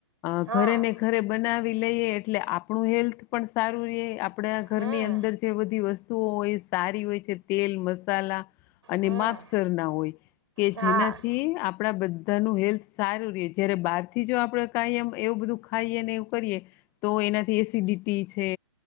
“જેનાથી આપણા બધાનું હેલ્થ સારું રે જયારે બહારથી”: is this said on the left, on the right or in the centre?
Left